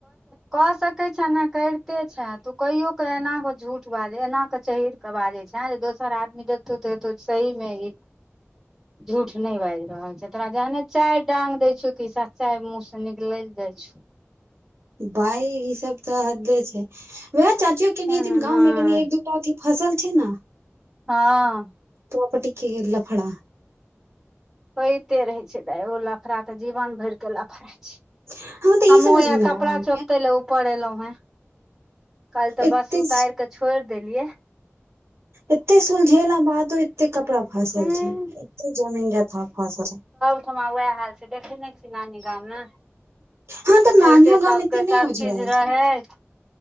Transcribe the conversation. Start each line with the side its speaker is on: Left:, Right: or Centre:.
Centre: कऽ सकैत छें ने तु करितो छें तू कईयो कऽ एना कऽ झूठ बाजै छै एना कऽ चढ़ि कऽ बाजय छै जे दोसर आदमी देखतौ तऽ हेतै सही मे ई झूठ नहि बाजि रहल छै तोरा जहने चाय डांग देय छीयौ कि सच्चाय मुंह से निकलि जाइ छौ
Right: बा ई सब तऽ हद्दे छै वएह चाचियो केनीये
Centre: एना
Right: दिन गाँव
Centre: नहि
Right: मे कनि एक दु टा अथी फसेलथिन ने
Centre: हँ
Right: प्रोपटिके लफरा
Centre: होइते रहै छै दाय ओ लफड़ा तऽ जीवन भरि के लफड़ा छै
Right: हमरा तऽ
Centre: हमहुँ
Right: ई समझ
Centre: हैये
Right: मे नहि
Centre: कपड़ा
Right: आयल
Centre: चोपते ले ऊपर एलहुँ हें काल्हि तऽ
Right: एते
Centre: बस उतारि कऽ छोड़ि देलियै
Right: एते सुलझेला बादो एते कपड़ा फसल
Centre: हूं
Right: छै एते जमीन जथा फसल
Centre: ओठमा वएह हाल छै देखे ने छी नानी गाममे
Right: हँ तऽ
Centre: अछैते
Right: नानियो
Centre: सभके
Right: गाम एते नहि
Centre: सभचीज
Right: उझ रहल
Centre: रहैत
Right: छै